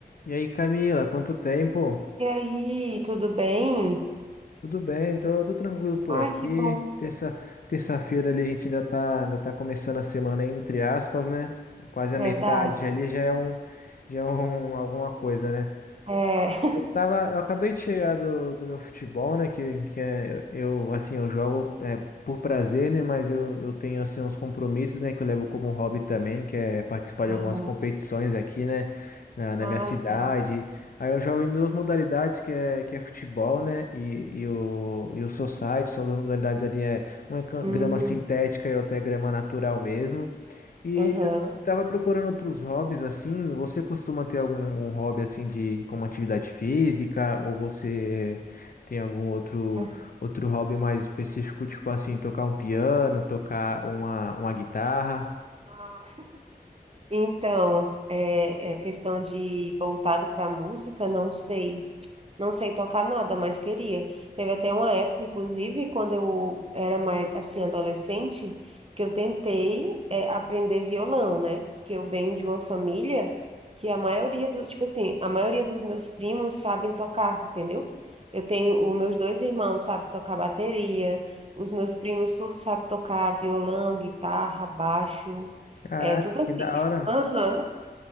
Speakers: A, on the left (about 60°); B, on the right (about 35°).
A: E aí, Camila, quanto tempo?
B: E aí, tudo bem?
A: Tudo bem, tô, tô tranquilo por
B: Ai,
A: aqui.
B: que bom,
A: Terça, terça-feira ali a gente ainda tá, ainda tá começando a semana, entre aspas, né? É quase a
B: verdade.
A: metade ali, já é um, já é um, alguma coisa, né?
B: É. <laughs>
A: Eu tava, eu acabei de chegar do, do meu futebol, né? Que, que é, eu, assim, eu jogo é, por prazer, né? Mas eu, eu tenho, assim, uns compromissos, né? Que eu levo como hobby também, que é participar de
B: Aham.
A: algumas competições aqui, né? Na, na
B: Ah,
A: minha cidade.
B: legal.
A: Aí eu jogo em duas modalidades, que é, que é futebol, né? E, e o, e o society, são duas modalidades ali, é uma é can-
B: Hum,
A: grama sintética e outra é grama natural mesmo. E
B: aham.
A: eu tava procurando outros hobbies assim. Você costuma ter algum, algum hobby assim de como atividade física ou você tem algum outro
B: aham.
A: outro hobby mais específico, tipo assim, tocar um piano, tocar uma uma guitarra?
B: Ah, Então, é, é questão de voltado para a música, não sei. Não sei tocar nada, mas queria. Teve até uma época, inclusive, quando eu era mais, assim, adolescente, que eu tentei, é, aprender violão, né? Que eu venho de uma família que a maioria dos, tipo assim, a maioria dos meus primos sabem tocar, entendeu? Eu tenho, os meus dois irmãos sabem tocar bateria, os meus primos tudo sabem tocar violão, guitarra, baixo,
A: Caraca,
B: é tudo assim.
A: que da
B: <laughs>
A: hora.
B: Aham.